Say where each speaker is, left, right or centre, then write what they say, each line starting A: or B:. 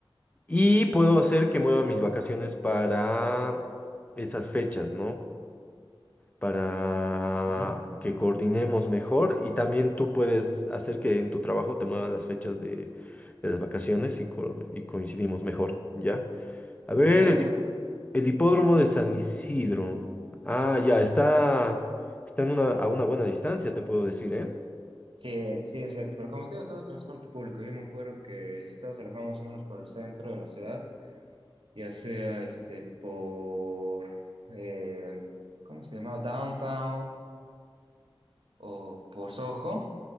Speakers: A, on the left (about 15°); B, on the right (about 70°).
A: Y puedo hacer que mueva mis vacaciones para esas fechas, ¿no? para
B: Ujú.
A: que coordinemos mejor y también tú puedes hacer que en tu trabajo te muevan las fechas de, de las vacaciones y, co- y coincidimos mejor, ¿ya? A ver,
B: Sí, no,
A: el, el hipódromo de San Isidro. Ah, ya, está, está en una, a una buena distancia, te puedo decir, ¿eh?
B: Sí, eh, sí, es lejos, pero como te digo, todo es transporte público. Yo me acuerdo que si estabas alojado más o menos por el centro de la ciudad, ya sea este por, eh, ¿cómo se llamaba? Downtown o por Soho,